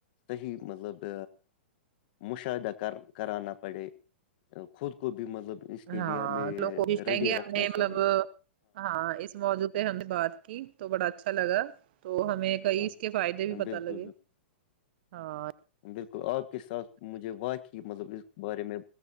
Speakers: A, on the left; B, on the right.
A: صحیح مطلب مشاہدہ کر کرانا پڑے خود کو بھی مطلب اس کے
B: ہاں
A: لیے ہمیں
B: لوگ کوشش کریں
A: ریڈی
B: گے
A: رکھنا
B: اپنے مطلب
A: چاہیے
B: ہاں اس موجوود سے ہم نے بات کی تو بڑا اچھا لگا تو ہمیں کئی
A: ہاں
B: اس کے فائدے بھی
A: بالکل
B: پت لگے
A: بالکل
B: ہاں
A: بالکل آپ کے ساتھ مجھے واقعی مطلب اس بارے میں